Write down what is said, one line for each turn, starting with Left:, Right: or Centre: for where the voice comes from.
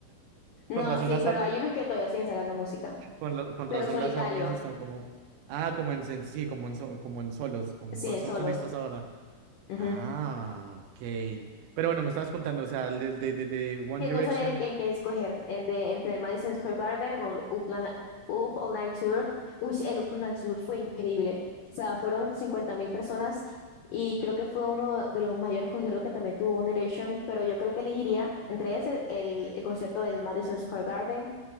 Left: No,
Right: Con razón
Left: sí,
Right: las
Left: pero
Right: armas,
Left: hay unos que todavía siguen sacando música,
Right: con, la- con
Left: pero
Right: razón
Left: solitario,
Right: las armas están como, ah, como en, sen- sí, como en, so- como en solos, como
Left: siguen
Right: en sol- son
Left: solos.
Right: solistas ahora.
Left: Ujú.
Right: Ah, ok. Pero bueno, me estabas contando, o sea, el de, de, de, de One
Left: Que
Right: Direction,
Left: no saben en qué escoger, el de entre el Madison Square Garden o el Upland, Up All Night Tour. Uy, el Up All Night Tour fue increíble. O sea, fueron cincuenta mil personas y creo que fue uno de los mayores conciertos que también tuvo One Direction, pero yo creo que elegiría entre ese el, el concierto del Madison Square Garden